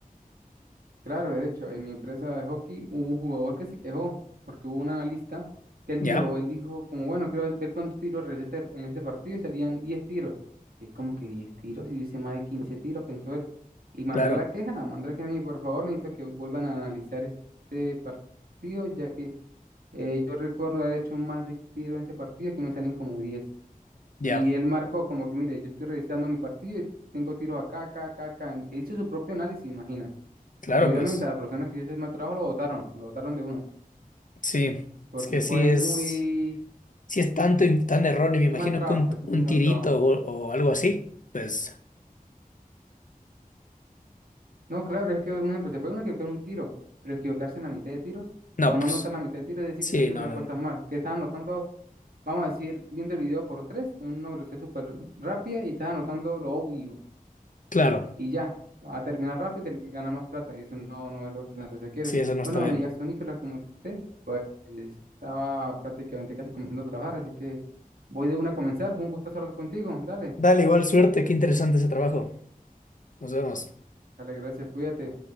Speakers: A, on the right; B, on the left.
A: Claro, de hecho, en mi empresa de hockey hubo un jugador que se quejó, porque hubo un analista que él
B: Ya,
A: dijo, él dijo como, bueno, quiero ver cuántos tiros realicé este- en este partido y salían 10 tiros. Y es como que 10 tiros, y yo hice más de 15 tiros, pensó él. Y mandó
B: claro,
A: la queja, mandó la queja a mí, por favor, necesito que vuelvan a analizar este partido, ya que eh, yo recuerdo haber hecho más de tiros en este partido, que me salen como diez
B: ya.
A: Y él marcó como que, mire, yo estoy revisando mi partido y tengo tiros acá, acá, acá, acá. Él hizo su propio análisis, imagina.
B: Claro,
A: Y obviamente
B: pues.
A: a la persona que hizo ese mal trabajo lo votaron, lo votaron de una,
B: Sí.
A: porque
B: Es que
A: fue
B: sí es.
A: muy,
B: Si es tanto y tan erróneo, me
A: un
B: imagino
A: mal trabajo,
B: que un,
A: prestó
B: un
A: muy mal
B: tirito
A: trabajo.
B: o, o algo así. Pues,
A: No, claro, es que un ejemplo, se puede uno equivocar en un tiro, pero equivocarse en la mitad de tiros
B: no,
A: o no
B: pues,
A: anotar la mitad de tiros es decir
B: sí,
A: que está haciendo
B: no,
A: las
B: no.
A: cosas
B: no.
A: mal, que está anotando, vamos a decir, viendo el video por tres en una velocidad súper rápida y está anotando lo obvio,
B: Claro,
A: y ya, va a terminar rápido y tener- ganar más plata. Y eso no, no es lo que la empresa quiere.
B: sí, eso no
A: Bueno,
B: está bien.
A: amiga, soy Nicolás, como te conté, pues estaba prácticamente casi comenzando a trabajar, así que voy de una a comenzar. Fue un gusto hablar contigo. Dale,
B: Dale, igual suerte, qué interesante ese trabajo. Nos vemos.
A: dale, gracias, cuídate.